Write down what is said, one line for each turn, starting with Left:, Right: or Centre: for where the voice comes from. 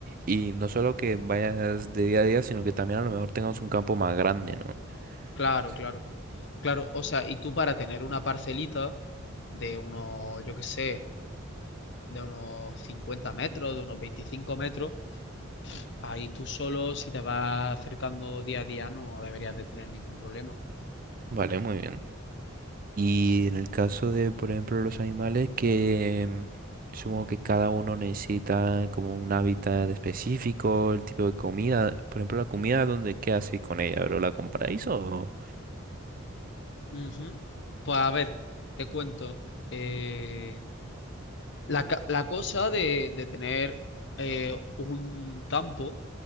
Right: y no solo que vayas de día a día, sino que también a lo mejor tengas un campo más grande, ¿no?
Left: Claro,
Right: Sí.
Left: claro. Claro, o sea, y tú para tener una parcelita de unos, yo qué sé, de unos 50 metros, de unos 25 metros, ahí tú solo, si te vas acercando día a día, no deberías de tener ningún problema.
Right: Vale, muy bien. Y en el caso de, por ejemplo, los animales que supongo que cada uno necesita como un hábitat específico, el tipo de comida, por ejemplo, la comida, ¿dónde qué hacéis con ella, bro? ¿La compráis o...?
Left: Ujú. Pues a ver, te cuento. eh, La, ca- la cosa de, de tener eh, un campo